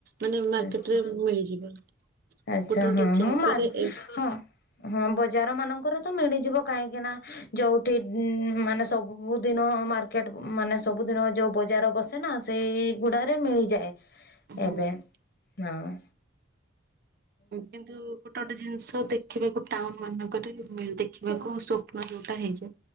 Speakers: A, on the right; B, on the left.
A: ମାନେ
B: ଝାଟ
A: ମାର୍କେଟରେ ମିଳିଯିବ, ଗୋଟେ
B: ଆଚ୍ଛା
A: ଗୋଟେ
B: ହଁ
A: ଜାଗାରେ-
B: ହଁ ମାରୁ ହଁ। ହଁ ବଜାର ମାନଙ୍କରେ ତ ମିଳିଯିବ କାହିଁକି ନା- ଯୋଉଠି ମାନେ ସବୁ ଦିନ ମାର୍କେଟ ମାନେ ସବୁଦିନ ଯୋଉ ବଜାର ବସେ ନା ସେ ଗୁଡାରେ ମିଳିଯାଏ
A: ହୁଁ
B: ଏବେ ହଁ ଅ
A: କିନ୍ତୁ ଗୋଟେ ଗୋଟେ ଜିନିଷ ଦେଖିବାକୁ ଟାଉନ ମାନଙ୍କରେ ମିଳେ, ଦେଖିବାକୁ ସ୍ବପ୍ନ ଯୋଉଟା ହେଇଯାଏ।